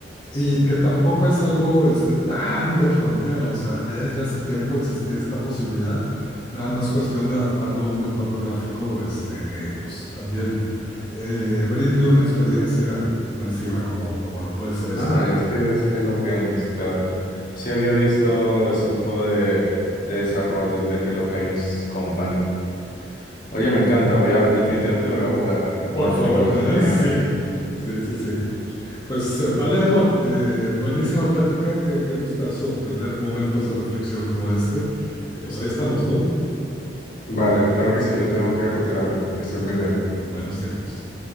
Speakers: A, on the left; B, on the left.
A: y que tampoco es algo este, tan de frontera, o sea, ya desde hace tiempo existía esta posibilidad, nada más cuestión de adaptarlo a un entorno gráfico este, que pues también eh, brinde una experiencia inmersiva como, como lo puede ser esto.
B: Ah, es que es Hello Games, claro. Sí había visto ese tipo de, de desarrollos de Hello Games Company. Oye, me encanta, voy a, definitivamente lo voy a jugar en cuando
A: Por favor,
B: tenga la oportunidad.
A: <laughs> sí, sí, sí, sí. Pues eh, vale, Edward, eh, buenísima plática, qué, qué gustazo tener momentos de reflexión como este. Y pues ahí estamos, ¿no?
B: Vale, claro que sí, yo tengo que retirarme. Que estés muy bien.
A: Buenos tiempos.